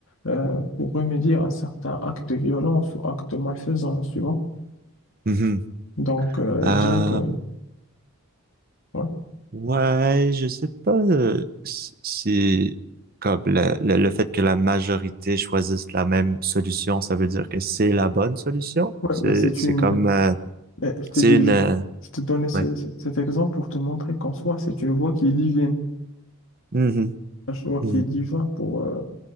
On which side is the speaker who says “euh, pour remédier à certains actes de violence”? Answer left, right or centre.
Left